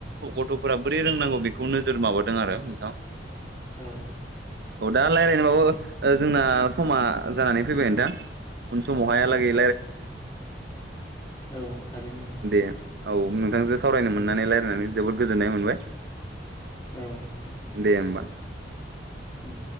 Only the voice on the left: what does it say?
औ
औ
औ औ थारैनो।
उम
औ <unintelligible>
उम।